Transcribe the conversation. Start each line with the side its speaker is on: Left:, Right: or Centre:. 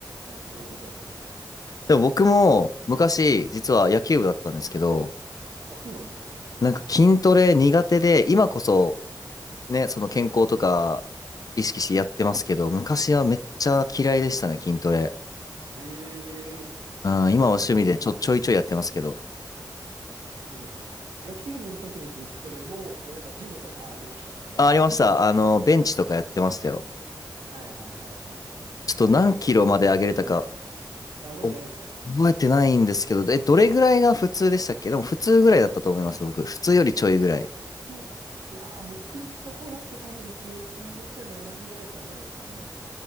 Right: 本当そういうことだと思います。
Left: でも僕も昔、
Right: はい。
Left: 実は野球部だったんですけど、
Right: あ、そうなんですか
Left: なんか筋トレ苦手で、今こそね、その健康とか意識してやってますけど、昔はめっちゃ嫌いでしたね、筋トレ。
Right: ええ
Left: うん、今は趣味でちょ、
Right: 僕、
Left: ちょいちょいやってますけど。
Right: え、でも、野球部の時の筋トレも、え、なんかジムとかありました使うとか。
Left: あ、ありました。あの、ベンチとかやってましたよ。
Right: はいはいはいは
Left: ちょっと何キロまで上げれたか
Right: い。え、現役の時、あ、覚えてないですか
Left: お覚えてないんですけど、え、どれぐらいが普通でしたっけでも普通ぐらいだったと思います、僕。普通よりちょいぐらい。
Right: ういやー、僕んとこだと多分平均で言ったら70ぐらいだったんじゃないですかね。